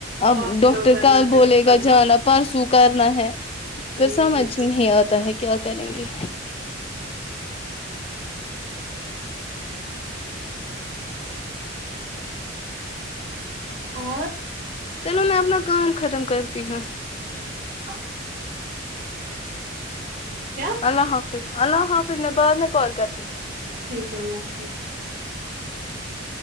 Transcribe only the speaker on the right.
ہاسپٹل
جانا
ہے وہ کرنا
ہے
ہوں، بالکل
اور
ہ کیا
ٹھیک ہے اللہ حافظ